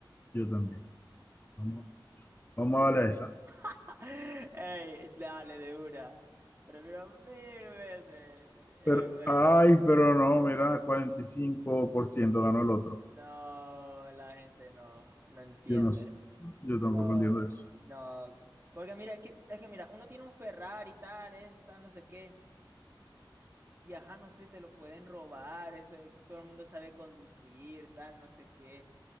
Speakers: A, on the left; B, on the right.
A: Yo también. Vamos, vamos a darle a esa.
B: <laughs> Ey, dale de una. Prefiero mil veces eh,
A: Pero,
B: un helicóptero.
A: ay, pero no, mira, 45% ganó el otro.
B: No, la gente no, no entiende.
A: Yo no sé, yo tampoco
B: No,
A: entiendo eso.
B: no. Porque mira, es que, es que mira, uno tiene un Ferrari y tal, eso, tal, no sé qué. Y ajá, no sé, te lo pueden robar, eso, eh, todo el mundo sabe conducir, tal, no sé qué.